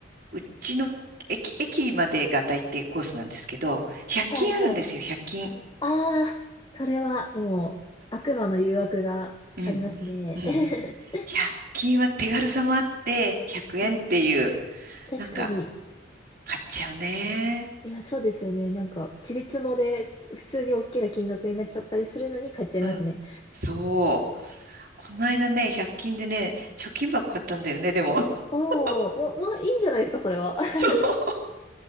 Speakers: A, on the right; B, on the left.
A: うちの駅、駅までが大抵コースなんですけど、100均あるんですよ、
B: はいはい。
A: 100均。
B: ああ、それはもう悪魔の誘惑がありますね。
A: うん、うん。
B: <laughs>
A: 100均は手軽さもあって、100円っていう、
B: うん、確かに。
A: なんか、買っちゃうね。
B: いや、そうですよね。なんか、ちりつもで普通に大きな金額になっちゃったりするのに買っちゃいますね。
A: うん。そう。この間ね、100均でね、貯金箱買ったんだよね、でも。<laughs>
B: おお、もう、もういいんじゃないですか、それは。<laughs>
A: そ